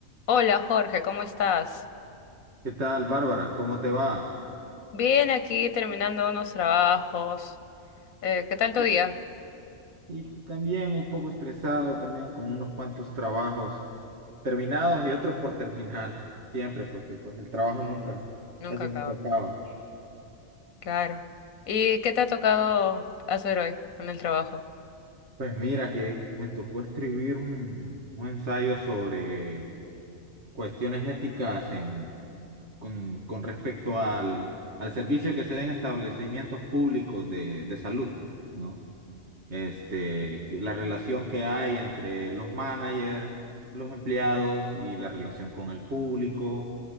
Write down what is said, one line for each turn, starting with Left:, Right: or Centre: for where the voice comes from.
Left: Hola Jorge, ¿cómo estás?
Right: ¿Qué tal, Bárbara? ¿Cómo te va?
Left: Bien, aquí terminando unos trabajos. Eh, ¿qué tal tu
Right: Y
Left: día?
Right: y tú también un poco estresado, también con unos cuantos trabajos terminados y otros por terminar, siempre, porque pues el trabajo nunca,
Left: Nunca
Right: casi
Left: acaba.
Right: nunca acaba.
Left: Claro. ¿Y qué te ha tocado hacer hoy en el trabajo?
Right: Pues mira que me tocó escribir un, un ensayo sobre cuestiones éticas en, con, con respecto al, al servicio que se den establecimientos públicos de, de salud, ¿no? este, la relación que hay entre los managers, los empleados y la relación con el público.